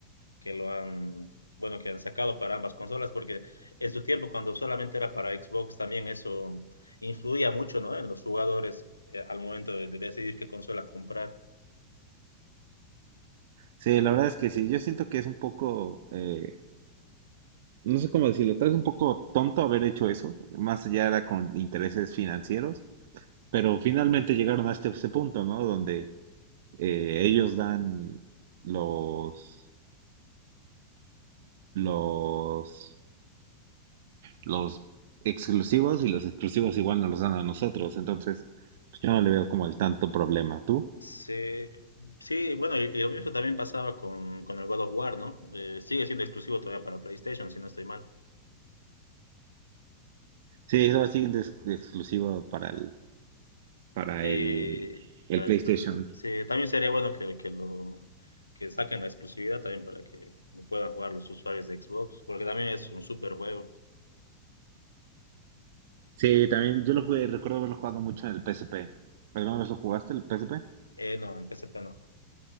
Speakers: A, on the left (about 80°); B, on the right (about 55°).
A: que lo han, bueno, que han sacado para ambas consolas, porque en su tiempo, cuando solamente era para Xbox, también eso influía mucho, ¿no? En los jugadores, eh, al momento de, de decidir qué consola comprar.
B: Sí, la verdad es que sí, yo siento que es un poco eh, no sé cómo decirlo, tal vez un poco tonto haber hecho eso, más allá era con intereses financieros, pero finalmente llegaron a este, este punto, ¿no? Donde eh, ellos dan los, los, los exclusivos y los exclusivos igual nos los dan a nosotros, entonces pues yo no le veo como el tanto problema. ¿Tú?
A: Sí, sí, bueno, y, y lo mismo también pasaba con, con el God of War, ¿no? Eh, sigue siendo exclusivo todavía para PlayStation, si no estoy mal.
B: Sí, eso va siendo ex- exclusivo para el, para
A: Y
B: el, el
A: para
B: PlayStation.
A: el- sí, también sería bueno que, que lo que saquen la exclusividad también para que lo puedan jugar los usuarios de Xbox, porque también es un super juego.
B: Sí, también yo lo jugué, recuerdo haberlo jugado mucho en el P S P ¿Alguna vez lo jugaste el P S P
A: Eh, no, en PSP no.